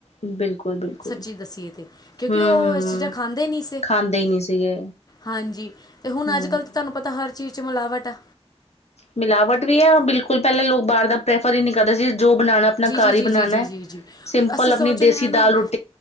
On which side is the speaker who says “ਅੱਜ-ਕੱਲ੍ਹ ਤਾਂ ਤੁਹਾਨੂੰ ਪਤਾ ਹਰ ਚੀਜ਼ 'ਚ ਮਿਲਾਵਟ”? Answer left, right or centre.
Left